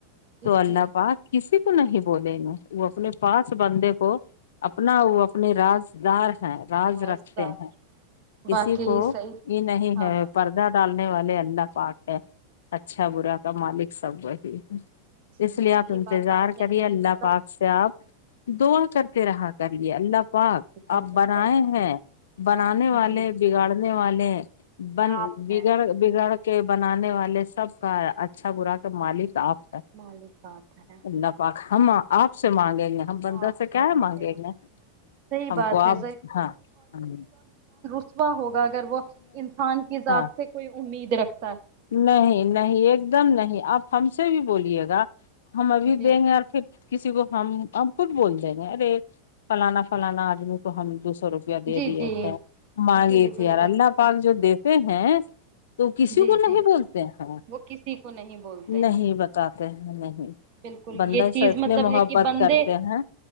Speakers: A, on the right; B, on the left.
A: جی
B: تو اللہ
A: جی
B: پاک کسی نہیں <unintelligible> بولے ن وہ اپنے پاس بندے کو اپنا وہ اپنے راج <inaudible> رج
A: پاسدار
B: رکھتے ہیں کسی
A: واقعی
B: کو
A: صحیح
B: یہ نہیں
A: ہاں
B: ہے
A: ہاں
B: پردہ ڈالنے والے اللہ پٹ ہے اچھا برا کا مالک سب وہی
A: صحیح
B: اس لیے آپ
A: صحیح
B: انتظار
A: بات آپ نے
B: کر
A: کہی
B: اللہ
A: مطلب
B: پاک سے آپ دعا کرتے رہا کر لے اللہ پاک
A: بالکل
B: آپ
A: بالکل
B: بنائے ہیں بنانے والے
A: جی
B: بگاڑنے والے بن
A: آپ
B: بگڑ
A: ہیں
B: بگڑ کے <unintelligible> بنانے والے سب کا اچھا برا کر مالک آپ <unintelligible>
A: مالک بات ہے
B: اللہ ہم آپ سے مانگیں گے ہم بندہ
A: آپ
B: سے کیا ہے
A: مانگے
B: مانگیں
A: گا
B: گے
A: صحیح
B: ہم
A: بات
B: کو آپ
A: ہے
B: ہاں ہ <unintelligible>
A: واہو <unintelligible> اگر وہ انسان کی ذات
B: ہاں
A: سے کوئی امید <unintelligible> رکھ <unintelligible>
B: نہیں نہیں ایک دم نہیں آپ ہم سے بھی بول لے گا <unintelligible> ہم ابھی
A: جی
B: دیں گے پھر کسی کو ہم ہم خود بول دیں گے ارے فلانا فلانا آدمی کو ہم دوسر <unintelligible> و روپیہ دے
A: جی
B: دیے
A: جی
B: تھے مانگے
A: جی
B: تھے
A: بالکل
B: یار اللہ
A: بالکل
B: پاک جو دیکھ <unintelligible> تو ہے <unintelligible> تو کسی
A: جی
B: <unintelligible> نہیں
A: جی
B: بولتے ہیں
A: وہ کسی کو نہیں بولتے
B: نہیں
A: ہیں
B: بتاتے ہیں نہیں
A: بالکل
B: بندے
A: یہ چیز
B: س اتنی
A: مطلب
B: محبت
A: ہے کہ بندے
B: کرتے ہیں